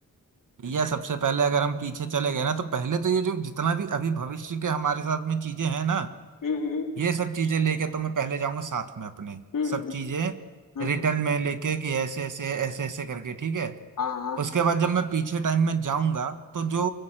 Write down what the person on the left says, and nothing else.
हम्म हम्म
हम्म,
हम्म
हम्म,
हाँ हाँ